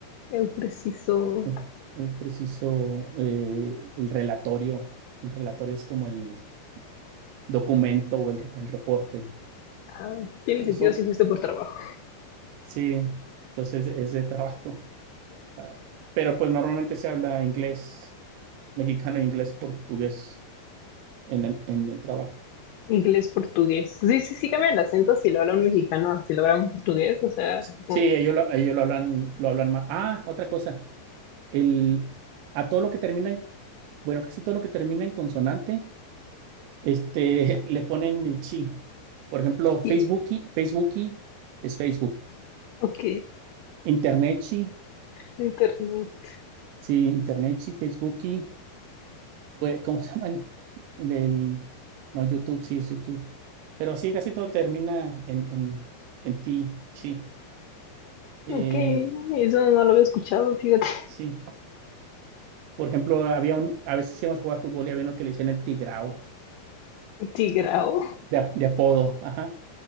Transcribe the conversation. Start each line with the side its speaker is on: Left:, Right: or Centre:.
Left: Eu preciso.
Right: Es, es preciso eh, el relatorio. El relatorio es como el documento o el, el reporte.
Left: Ah, tiene
Right: Entonces
Left: sentido
Right: son,
Left: si fuiste por trabajo.
Right: sí, entonces es de trabajo. <laughs> Ah, Pero pues normalmente se habla inglés mexicano e inglés portugués en, la- en el trabajo.
Left: Inglés, portugués. Sí, sí, sí cambia el acento si lo habla un mexicano, a si lo habla un portugués, o sea,
Right: Sí,
Left: como,
Right: ellos lo, ellos lo hablan, lo hablan más. Ah, otra cosa. El, a todo lo que termina en, bueno, casi todo lo que termina en consonante este, <laughs> le ponen el chi. Por ejemplo, Facebooki,
Left: sí,
Right: Facebooki es Facebook.
Left: ok,
Right: Internetchi,
Left: <laughs> internet.
Right: sí, Internetchi, Facebooki, ¿cómo se llama? El, el- no, YouTube, sí es YouTube. Pero así casi todo termina en, en, en ti, chi. Eh,
Left: Ok, eso no lo había escuchado, fíjate.
Right: sí, por ejemplo, había un, a veces íbamos a jugar fútbol y había uno que le decían el tigrao,
Left: Tigrao,
Right: de, ap- de apodo, ajá.